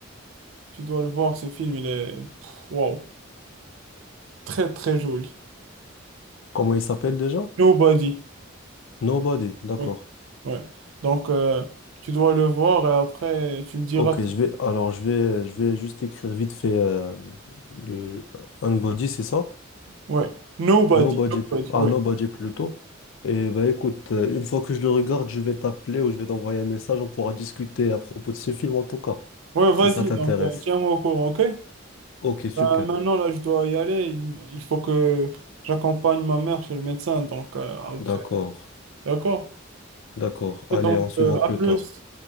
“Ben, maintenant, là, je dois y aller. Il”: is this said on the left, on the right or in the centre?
Right